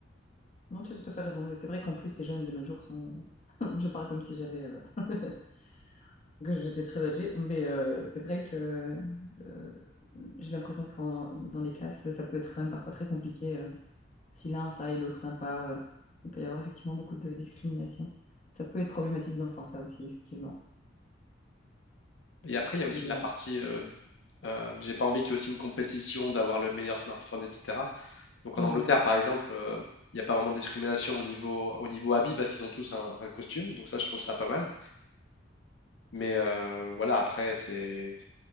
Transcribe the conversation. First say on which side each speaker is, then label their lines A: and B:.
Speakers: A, on the left; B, on the left.
A: Non, tu as tout à fait raison. Et c'est vrai qu'en plus, les jeunes de nos jours sont. <laughs> Je parle comme si j'avais. euh, <laughs> que j'étais très âgée, mais euh, c'est vrai que euh, j'ai l'impression que dans les classes, ça peut être quand même parfois très compliqué. Si l'un a ça et l'autre n'a pas, euh, il peut y avoir effectivement beaucoup de discrimination. Ça peut être problématique dans ce sens-là aussi, effectivement.
B: Et après, il y a aussi
A: Mais
B: la partie euh, euh, j'ai pas envie qu'il y ait aussi une compétition d'avoir le meilleur smartphone, etc. Donc
A: oui,
B: en Angleterre,
A: bien sûr.
B: par exemple, euh, il n'y a pas vraiment de discrimination au niveau, au niveau habit parce qu'ils ont tous un, un costume. Donc ça, je trouve ça pas mal. Mais euh, voilà, après, c'est